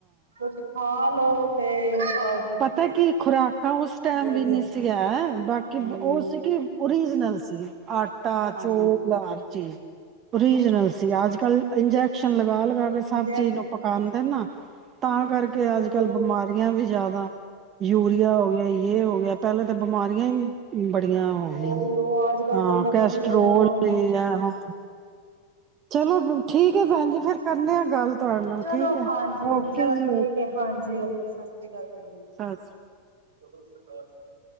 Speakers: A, on the right; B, on the right.
A: ਕੁਛ ਖਾ ਤੇ ਅਹ
B: ਪਤਾ ਕੀ ਖੁਰਾਕਾਂ ਉਸ ਟਾਈਮ ਵੀ
A: ਗਿਆ
B: ਨਹੀਂ ਸੀਗਾ ਬਾਕੀ
A: ਹੂੰ
B: ਉਹ ਸੀ ਕਿ ਸੀਜ਼ਨਲ ਸੀ ਆਟ ਤਾ
A: ਹਾਂਜੀ
B: ਚੋ ਲਾਲਚੀ। ਓਰੀਜਨਲ ਸੀ ਅੱਜ ਕੱਲ ਇੰਜੈਕਸ਼ਨ ਲਗਾ- ਲਗਾ ਕੇ ਸਭ
A: ਇੰਜੈਕਸ਼ਨ,
B: ਚੀਜ਼ ਨੂੰ ਪਕਾਦੇ ਨਾ। ਤਾਂ ਕਰਕੇ
A: ਉਹੀਓ
B: ਅੱਜ ਕੱਲ ਬਿਮਾਰੀਆਂ ਵੀ ਜ਼ਿਆਦਾ ਯੂਰੀਆ ਹੋ ਗਿਆ ਹੋ ਗਿਆ ਪਹਿਲਾਂ ਤਾਂ ਬਿਮਾਰੀਆਂ ਹੀ ਬੜੀਆਂ ਹੋ ਗਈਆਂ
A: ਉਹੀਓ
B: ਨੇ
A: ਅੱਜ ਕੱਲ
B: ਹਾਂ
A: ਤਾਂ ਨਵੀਂ
B: ਕੈਸਟਰੋਲ
A: ਤੋਂ ਨਵੇਂ ਨਾਮ
B: ਆ ਹ ਚਲੋ ਠੀਕ ਹੈ ਭੈਣ ਜੀ ਫੇਰ ਕਰਨੇ ਆ ਗੱਲ ਤੁਹਾਡੇ ਨਾਲ
A: ਚਲੋ
B: ਠੀਕ ਹੈ
A: ਹਾਂਜੀ
B: ਓਕੇ
A: ਚਲੋ
B: ਜੀ
A: ਠੀਕ ਹੈ ਹਾਂਜੀ ਓ ਸਤਿ ਸ਼੍ਰੀ ਅਕਾਲ ਭੈ
B: ਸਸ
A: ਉਦੋਂ ਸਰਕਾਰਸ਼ ਹੋ